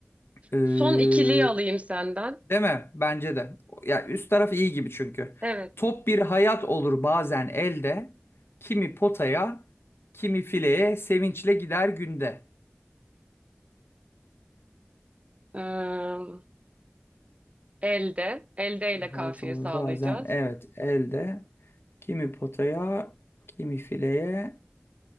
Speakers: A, on the left (about 65°); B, on the right (about 30°).
A: Ee,
B: Son ikiliyi alayım senden.
A: değil mi? Bence de. Ya üst taraf iyi gibi çünkü.
B: Evet.
A: Top bir hayat olur bazen elde. Kimi potaya, kimi fileye sevinçle gider günde.
B: Ee, elde. Elde ile kafiye
A: Hayat olur
B: sağlayacağız.
A: bazen evet elde. Kimi potaya, kimi fileye,